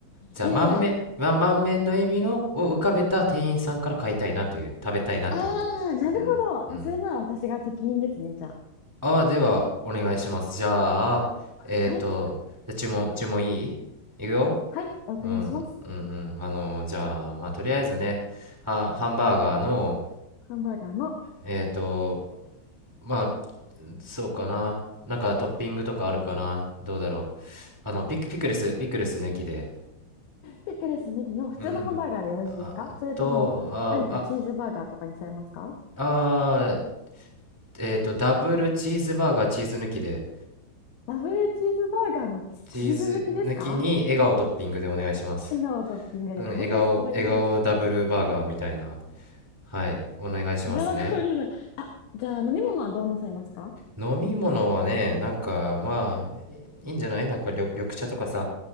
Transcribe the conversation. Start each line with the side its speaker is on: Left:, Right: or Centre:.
Centre: じゃあ、
Left: いやいや、
Centre: 満面、ま、満面の笑みの、を浮かべた店員さんから買いたいなという、食べたいなということです。
Left: あー、なるほど。
Centre: うん、うん。
Left: それなら私が適任ですね、じゃあ。
Centre: ああ、では、お願いします。じゃあ、えっと、
Left: はい、
Centre: じゃあ注文、注文いいいくよ
Left: はい、お伺いします。
Centre: うん、うん、うん。あのじゃあ、まあ、とりあえずね、は、ハンバーガーの、
Left: ハンバーガーの、
Centre: えっと、まあ、そうかな。なんかトッピングとかあるかなどうだろう。あの、ピク、ピクルス、ピクルス抜きで。
Left: ピクルスネギの普通のハンバーガーでよろしいですかそれとも、
Centre: うんうん。あと、あ、
Left: 何かチーズバーガーとかにされますか
Centre: あ、あー、えっと、ダブルチーズバーガーチーズ抜きで。
Left: ダブルチーズバーガーのチ、
Centre: チーズ抜きに笑顔トッピングでお願いします。
Left: チーズ抜きですか笑顔トッピングで、
Centre: うん、
Left: はい、
Centre: 笑顔、
Left: かしこまりました。
Centre: 笑顔ダブルバーガーみたいな。はい、お願いしますね。
Left: 笑顔トッピング、あ、じゃあ飲み物はどうなさいますかあ
Centre: 飲み物はね、なんか、まあ、いいんじゃないなんか緑、緑茶とかさ、